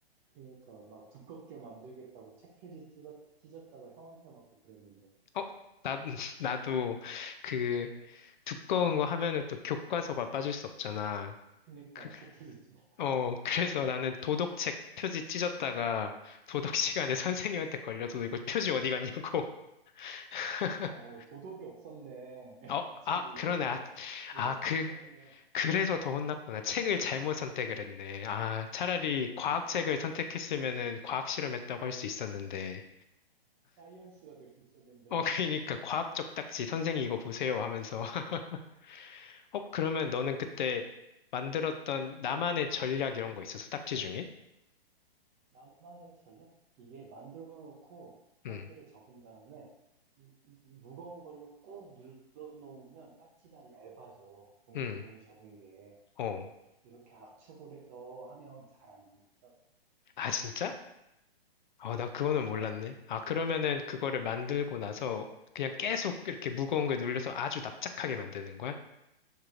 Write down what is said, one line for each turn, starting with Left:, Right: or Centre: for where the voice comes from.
Right: 그러니까 막 두껍게 만들겠다고 책 표지 었 찢었다가 형한테 맞고 그랬는데
Left: 어, 나, <laughs> 나도 그 두꺼운 거 하면은 또 교과서가 빠질 수 없잖아.
Right: 그러니까
Left: 그,
Right: 책 표지 찢었다가
Left: 어, 그래서 나는 도덕책 표지 찢었다가 도덕 시간에 <laughs> 선생님한테 걸려서 너 이거 표지 어디 갔냐고. <laughs>
Right: <laughs> 어 도덕이 없었네 <laughs>
Left: 어,
Right: 이 친구
Left: 아,
Right: 이거
Left: 그러네. 아,
Right: 도덕이
Left: 아, 그,
Right: 없었네
Left: 그래서 더 혼났구나. 책을 잘못 선택을 했네. 아, 차라리
Right: 그래
Left: 과학책을
Right: <laughs>
Left: 선택했으면은 과학 실험했다고 할 수 있었는데.
Right: 사이언스가 될 수 있었는데
Left: 어, <laughs> 그러니까 과학적 딱지 선생님 이거 보세요 하면서. <laughs> 어, 그러면 너는 그때 만들었던 나만의 전략 이런 거 있었어? 딱지 중에?
Right: 나만의 전략? 이게 만들어 놓고 딱지를
Left: 응,
Right: 접은 다음에 이, 이 무거운 걸로 꾹 눌러 놓으면 딱지가 얇아져. 종,
Left: 응,
Right: 종이 접은 게.
Left: 어.
Right: 이렇게 압축을 해서 하면 잘 안 먹어.
Left: 아, 진짜? 어, 나 그거는 몰랐네.
Right: 어,
Left: 아, 그러면은 그거를 만들고 나서 그냥 계속 이렇게 무거운 거에 눌려서 아주 납작하게 만드는 거야?